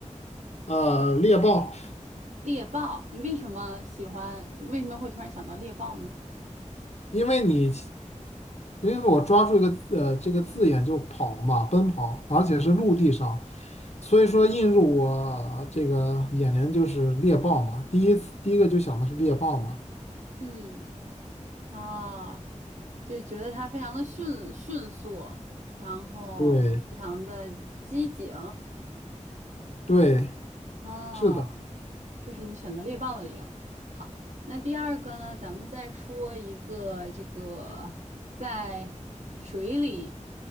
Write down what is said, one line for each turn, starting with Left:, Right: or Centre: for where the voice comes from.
Left: 呃，猎豹，
Right: 猎豹。你为什么喜欢？为什么会突然想到猎豹呢？
Left: 因为你因为我抓住一个字呃这个字眼就跑嘛，奔跑，而且是陆地上，所以说映入我这个眼帘就是猎豹嘛。第一次第一个就想的是猎豹嘛。
Right: 嗯。啊，就觉得它非常的迅迅速，然后非常的机警。
Left: 对对，
Right: 哦，
Left: 是的，
Right: 这是你选择猎豹的理由。好，那第二个呢，咱们再说一个这个在水里